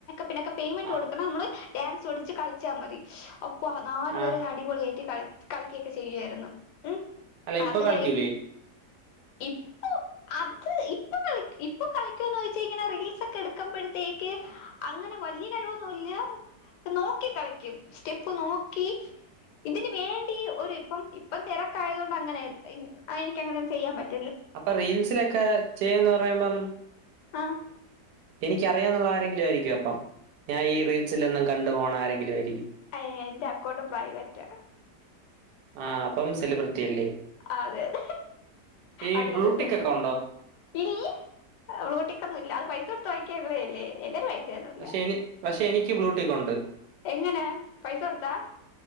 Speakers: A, on the left; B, on the right.
A: പിന്നൊക്കെ പേയ്മെന്റ്
B: ആഹ്
A: കൊടുക്കണം നമ്മള് ഡാൻസ് ഒടിച്ച് കളിച്ചാൽ മതി അപ്പൊ നാല്
B: ആഹ്
A: വരെ അടിപൊളിയായിട്ട് കളി കളിക്കൊക്കെ ചെയ്യുവായിരുന്നു ഉം
B: അല്ല ഇപ്പൊ
A: അത്
B: കളിക്കില്ലേ
A: കഴിഞ്ഞ് ഇപ്പൊ അത് ഇപ്പൊകളി ഇപ്പൊ കളിക്കാന്ന് വെച്ച് കഴിഞ്ഞ റീൽസ് ഒക്കെ എടുക്കുമ്പോഴത്തേക്ക് അങ്ങനെ വലിയ കഴിവൊന്നുമില്ല നോക്കി കളിക്കും സ്റ്റെപ്പ് നോക്കി ഇതിന് വേണ്ടി ഒരു ഇപ്പം ഇപ്പം തിരക്കായത് കൊണ്ട് അങ്ങനെ എനക്കങ്ങനെ ചെയ്യാൻ പറ്റ്
B: അപ്പൊ റീൽസിലൊക്കെ ന്ന് പറയുമ്പം
A: ആഹ്
B: എനിക്കറിയാം എന്നുള്ള ആരെങ്കിലും ആയിരിക്കും അപ്പം ഞാൻ ഈ റീൽസിലൊന്നും കണ് ണ്ട് പോണാരങ്കിലും ആയിരിക്കും
A: ഏ എന്റെ അക്കൗണ്ട് പ്രൈവറ്റ
B: ആഹ് അപ്പം സെലിബ്രിറ്റി അല്ലേ
A: അതെതെ
B: ഈ
A: അതെ
B: ബ്ലൂടിക്ക്
A: അതെ സെലിബ്രിറ്റി
B: ഒക്കെ ഉണ്ടോ
A: ഇല്ല ബ്ലൂട്ടിക്കൊന്നും ഇല്ല പൈസോട്ട് തോക്കേല്ലേ എന്റെ പൈ ഒന്നുല
B: പക്ഷെ എനി പക്ഷെ എനിക്ക് ബ്ലൂടിക്ക് ഉണ്ട്
A: എങ്ങനെ പൈസ കൊടുത്താ